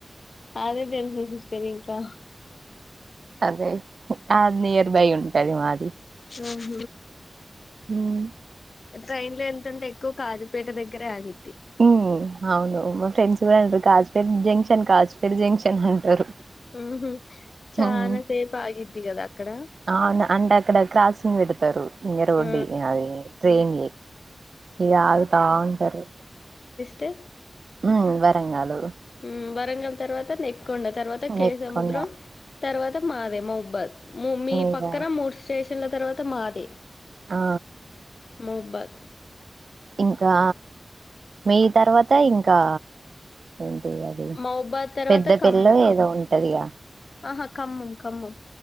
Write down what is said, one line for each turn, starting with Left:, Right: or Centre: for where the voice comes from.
Left: అదే తే ఎంది సిస్టర్కా
Right: అదే ఆ నియర్బై ఉంటది మాది
Left: ఆహ్
Right: ఉమ్
Left: ట్రైన్ లో ఏళ్తుంటే ఎక్కువ కాజుపేట దగ్గరే ఆగిది
Right: ఉమ్ అవును మా ఫ్రెండ్స్ కూడా అంటారు కాజుపేట జంక్షన్ కాజ్పేట్ జంక్షన్ అంటారు
Left: ఉహు చానాసేపు
Right: హ్మ్
Left: ఆగిద్ది గదా అక్కడ
Right: అవును అంటే అక్కడ క్రాసింగ్ పెడ్తారు ఇగ రోడ్డి
Left: ఆ
Right: అది ట్రైన్ ఇగా ఆగుతా ఉంటారు
Left: తే
Right: ఉమ్ వరంగాలు
Left: ఉమ్ వరంగల్ తర్వాత నేక్కోండ తర్వాత కేసముద్రం
Right: నెక్కొండ
Left: తర్వాత మాదే ముబ్బల్ మీ
Right: మీద
Left: పక్కన మూడు స్టేషన్ల తర్వాత మాదే
Right: ఆ
Left: మహబ్బల్
Right: ఇంకా మే తర్వాత ఇంకా ఏంటి అది
Left: మహబాద్ తర్వాత
Right: పెద్దపెల్లో
Left: ఖమ్మం
Right: ఏదో ఉంటదిగా
Left: ఆహా కమ్మం కమ్మం